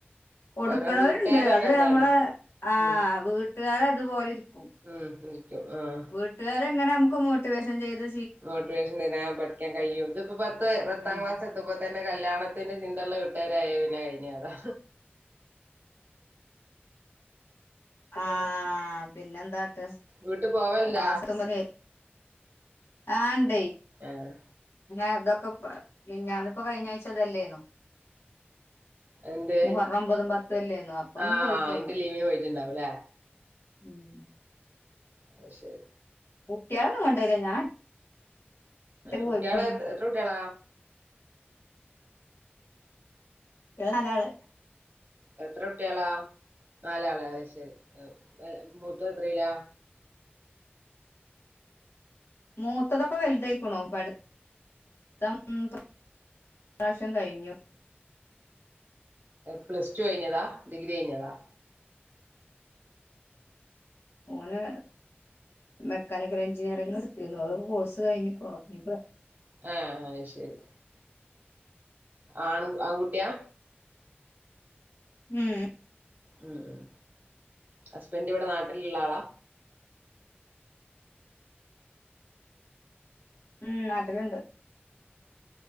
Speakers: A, on the left; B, on the right.
A: കൊടുക്കണോവരുണ്ട്
B: ഓരോ വീട്ടുകാരെ
A: അത്
B: ഓരോ ഇതാണ്
A: നമ്മടെ ആഹ്
B: ഉം
A: വീട്ടുകാര് അതുപോലെ. ക്കും
B: ഉം ഇരിക്കും ആഹ്
A: വീട്ടുകാരെ അങ്ങനെ നമുക്ക് മോട്ടിവേഷൻ ചെയ്തു.
B: മോട്ടിവേഷൻ തരാൻ പഠിക്കാൻ കഴിയും, ഇതൊക്കെ പത്ത് പത്താം
A: ഉം
B: ക്ലാസ് എത്തുമ്പോൾ. തന്നെ കല്യാണത്തിന്റെ ചിന്തക്കുള്ള വീട്ടുകാരായി പിന്നെ കഴിഞ്ഞു അതാ.
A: ആഹ് പിന്നെ എന്താട്ട്.
B: വീട്ട് പോവലില്ല
A: <unintelligible> ആഹ് ഉണ്ട്.
B: ആഹ്
A: അന്ന് ഇതൊക്കെ ഇപ്പൊ ഞാനിപ്പോ കഴിഞ്ഞ ആഴ്ച ഇല്ലേന്നു.
B: എന്ത്
A: മുഹറം ഒമ്പതും പത്തും അല്ലായിരുന്നോ അപ്പൊയൊന്ന്
B: ആഹ്
A: പോയി പോന്നു.
B: അയിന്റെ ലീവിന് പോയിട്ടുണ്ടാവുംല്ലേ
A: ഉം
B: അത് ശരി
A: കുട്ടികളെയൊന്നും കൊണ്ടോയില്ല ഞാൻ. ഒറ്റക്ക്
B: കുട്ടികളെ
A: പോയി പോന്നു
B: എത്ര കുട്ടികൾ?
A: കുട്ട്യാള് നാലാള്.
B: എത്ര കുട്ട്യാളാ? നാലാള് അയ് ശരി. മൂത്തോത്രീലാ?
A: മൂത്തതൊക്കെ വൽതായിക്ക്ണു. പ ട്ത്തം ഇ പ്രാവശ്യം കഴിഞ്ഞു.
B: പ്ലസ് ടു കഴിഞ്ഞതാ ഡിഗ്രി കഴിഞ്ഞതാ.
A: ഓന് മെക്കാനിക്കൽ എഞ്ചിനീയറിങ് ഇട്ത്തീന്നു. അയ് കോഴ്സ് കഴിഞ്ഞുപ്പൊ ഇഞ്ഞ്പ്പൊ
B: ഏഹ് അയ് ശരി. ആണ് ആൺകുട്ട്യാ?
A: ഉം.
B: ഉം ഹസ്ബൻഡ് ഇവടെ നാട്ടിലിള്ള ആളാ?
A: ഉം നാട്ടിലണ്ട്.